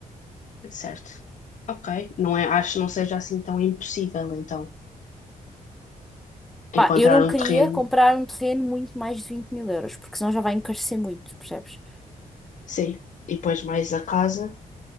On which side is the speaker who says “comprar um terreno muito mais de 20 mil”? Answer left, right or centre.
Centre